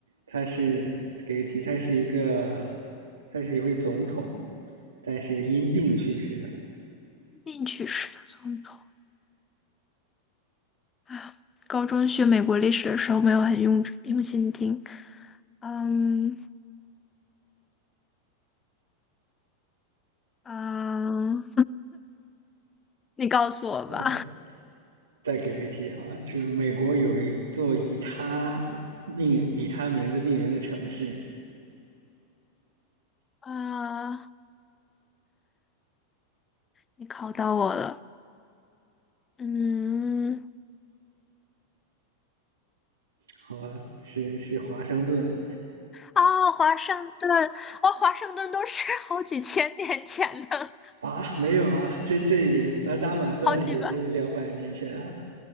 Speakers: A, on the right; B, on the left.
A: 他是给个题，他是一个，他是一位总统，但是因病去世的。
B: 进去式的总统啊。高中学美国历史的时候没有很用用心听，嗯嗯，你告诉我吧。
A: OK，再给个题哈，就是美国有一座以他命以他名字命名的城市，
B: 啊，你考到我了。嗯，
A: 好吧，是是华盛顿
B: 啊，华盛顿，哇，华盛顿都是 <laughs> 好几千年前的，
A: 啊？没有啊，这这也满打满算也就两百年前啊。
B: 好几百，